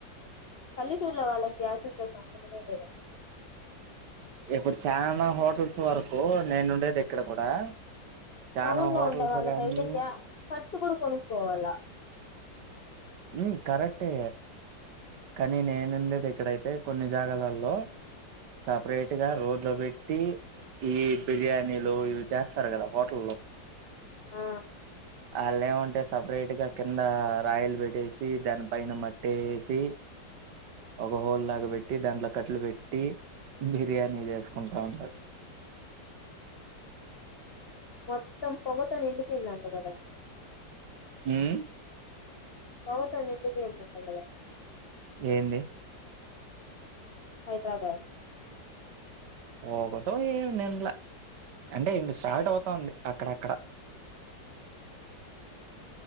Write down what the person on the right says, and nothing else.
ఇప్పుడు చాలనా హోటల్స్ వరకూ నేను ఉండే ఏ ఇక్కడ కూడా చానా
హోటల్స్
గానీ
ఉమ్ కరెక్టే కానీ నేనుండేది. ఇక్కడైతే కొన్ని జాగాలల్లో సపరేట్ గా రోడ్ లో పెట్టి ఈ బిర్యానీలు ఇవి చేస్తారు. కదా హోటల్లో
అళ్ళు ఏమంటే సపరేట్ గా కిందా రాయిలు పెట్టేసి దాని పైన మట్టేసీ ఒక హోల్లాగ బెట్ ట్టి దాంట్లో కట్లు పెట్టి బిర్యానీ చేసుకుంటా ఉంటారు
హ్హ్
ఏంది
పొగతో ఏం నిండ్ల అంటే ఇక స్టార్ట్ అవుతాంది. అక్కడక్కడ